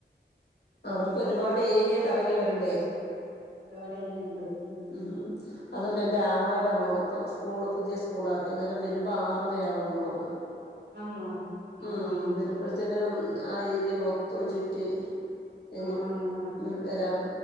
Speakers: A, on the left (about 60°); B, on the right (about 70°).
A: അവർക്ക്ൊ ഒരുപാട് ഏരിയൊക്കെ ഇറങ്ങി വരണ്ടേ
B: ഒരുപാട് ഏരിയുണ്ട് ഉം
A: ഉ അതല എറെ ആങ്ങളെ ഇടോള് ഇപ്പ സ്കൂള് പുതിയ സ്കൂൾ ആക്കി അന്നേരം വരുമ്പോൾ ആറര ആവുംൂ എന്ന് പറഞ്ഞു
B: ആന്നോ ആഹ്
A: ഉം
B: ആഹ്
A: ബരബർ തന്ന ആ ഏരിയ മൊത്തം ചുറ്റി ഇഞ്
B: ആഹ് ആഹ് ആഹ് ഉം
A: വരാ